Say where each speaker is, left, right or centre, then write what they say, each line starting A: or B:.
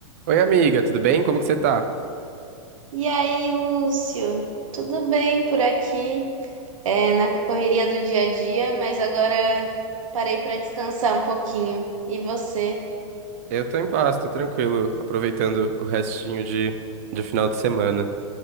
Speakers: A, on the right (about 25°); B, on the right (about 75°).
A: Oi, amiga, tudo bem? Como que você tá?
B: E aí, Lúcio? Tudo bem por aqui? É, na correria do dia a dia, mas agora parei para descansar um pouquinho. E você?
A: Eu tô em paz, tô tranquilo, aproveitando o restinho de, de final de semana.